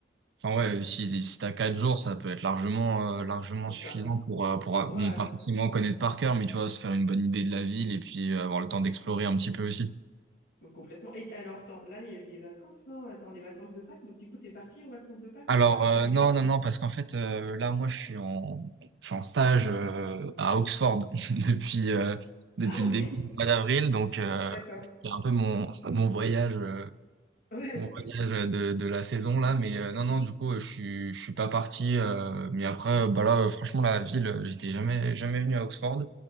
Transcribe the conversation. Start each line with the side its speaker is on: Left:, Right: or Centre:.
Right: enfin, ouais, si, si t'as quatre jours, ça peut être largement, euh, largement
Left: c'est
Right: suffisant
Left: ça.
Right: pour, euh, pour, euh,
Left: Ouais,
Right: bon, pas forcément connaître par cœur, mais tu vois, se faire une bonne idée de la ville et puis euh, avoir le temps d'explorer un petit peu aussi.
Left: complètement. Et alors, t'en- là, il y a eu des vacances, non? Attends, les vacances de Pâques, donc du coup, t'es parti aux vacances de Pâques
Right: Alors,
Left: euh,
Right: euh,
Left: un petit
Right: non,
Left: peu?
Right: non, non, parce qu'en fait, euh, là, moi, je suis en, je suis en stage euh, à Oxford <laughs> depuis, euh, depuis
Left: Ah,
Right: le
Left: ok,
Right: début du mois d'avril. Donc, euh,
Left: d'accord.
Right: c'était un peu mon, mon voyage. euh,
Left: Ouais,
Right: mon voyage euh, de, de la saison là, mais euh, non, non, du coup, euh, je suis, je suis pas parti. euh, mais après, euh, bah là, euh, franchement, la ville, euh, j'étais jamais, jamais venu à Oxford.